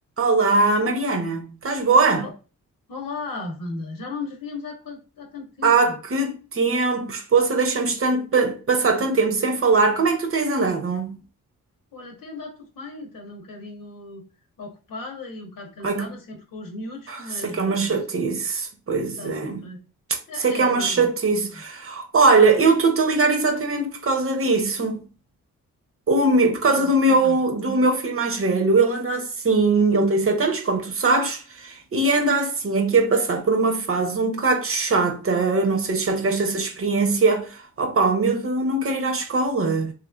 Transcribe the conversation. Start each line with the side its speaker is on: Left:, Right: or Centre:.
Right: Olá, Mariana, estás boa?
Left: O- Olá, Wanda. Já não nos víamos há, quanto- há tanto tempo.
Right: Há que tempo, esposa, deixamos tanto pa- passar tanto tempo sem falar. Como é que tu tens andado?
Left: Olha, tem andado tudo bem, estando um bocadinho ocupada e um bocado cansada,
Right: Ai, que,
Left: sempre com os miúdos, mas
Right: isso é que
Left: eh,
Right: é uma chatice.
Left: sempre,
Right: Pois
Left: está
Right: é,
Left: sempre. É,
Right: isso
Left: é
Right: é que é uma
Left: é normal,
Right: chatice.
Left: é normal.
Right: Olha, eu estou-te a ligar exatamente por causa disso. O me- por causa
Left: Então,
Right: do meu,
Left: conta.
Right: do meu filho mais velho, ele anda assim, ele tem sete anos, como tu sabes, e anda assim, aqui a passar por uma fase um bocado chata. Eu Não sei se já tiveste essa experiência. Opa, o miúdo não quer ir à escola.